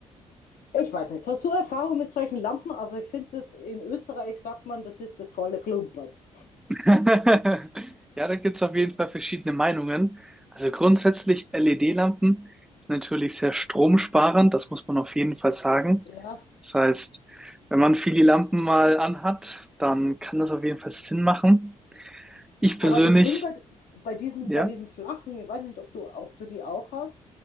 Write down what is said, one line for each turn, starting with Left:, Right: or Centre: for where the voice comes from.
Left: Ich weiß nicht, hast du Erfahrung mit solchen Lampen? Also ich finde das, in Österreich sagt man, das ist das volle Klumpert.
Centre: <laughs> Ja, da gibt es auf jeden Fall verschiedene Meinungen. Also grundsätzlich LED-Lampen sind natürlich sehr stromsparend, das muss man auf jeden Fall sagen.
Left: Ja,
Centre: Das heißt, wenn man viele Lampen mal anhat, dann kann das auf jeden Fall Sinn machen. Ich persönlich,
Left: Aber das Ding bei, bei diesem,
Centre: ja,
Left: bei diesem flachen, ich weiß nicht, ob du, ob du die auch hast,